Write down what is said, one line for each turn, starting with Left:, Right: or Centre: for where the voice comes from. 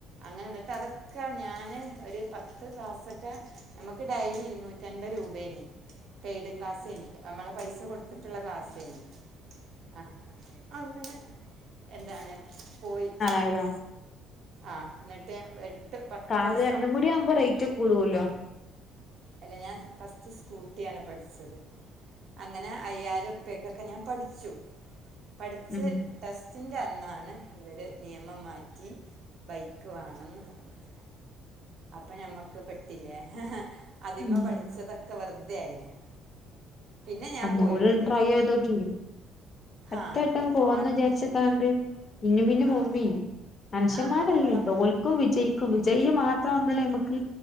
Right: അങ്ങനെ എന്നിട്ടതൊ ക്കെ ഞാന് ഒരു പത്ത് ക്ലാസ്സൊക്കെ നമുക്ക് ഡെയലി ഇരുന്നൂറ്റൻപത് രൂപേനീ പെയ്ഡ് ക്ലാസെഴിഞ്ഞിട്ട് അമ്മള് പൈസ കൊടുത്തിട്ടുള്ള ക്ലാസേനീ ആ അങ്ങനെ എന്താണ് പോയി
Left: ആയിരോ
Right: ആ എന്നിട്ട് എട്ട് പത്ത്
Left: കാറ്
Right: ദിവസം
Left: രണ്ടും ആവുമ്പോ റേറ്റ് കൂടുൂലോ
Right: അല്ല ഞാൻ ഫസ്റ്റ് സ്കൂട്ടിയാണ് പഠിച്ചത് അങ്ങനെ അയ്യായിരം റുപ്യക്കൊക്കെ ഞാൻ പഠിച്ചു പഠിച്ച്
Left: ഉം
Right: ടെസ്റ്റിൻ്റെ അന്നാണ് ഇവര് നിയമം മാറ്റി ബൈക്ക് വേണംന്ന് പറഞ്ഞത് അപ്പൊ ഞമ്മക്ക് പെട്ടിലേ അതിമെ
Left: ഉം
Right: പഠിച്ചതൊക്കെ വെറുതെ ആയില്ലേ പിന്നെ ഞാൻ
Left: ഒന്നും
Right: പോയിട്ടില്ല
Left: കൂടി ഒന്ന് ട്രൈ ചെയ്ത് നോക്കി എത്ര
Right: ആ
Left: വട്ടം
Right: ഇനി
Left: പോവന്ന്
Right: പോകണം
Left: വിചാരിച്ച് ക്കാണ്ട് പിന്നും പിന്നും
Right: ആ
Left: പോവി മനുഷ്യന്മാരല്ലേ
Right: ആ പോകണം
Left: തോൽക്കും വിജയിക്കും വിജയിയെ മാത്രആവുമ്പലല്ലേ നമ്മുക്ക്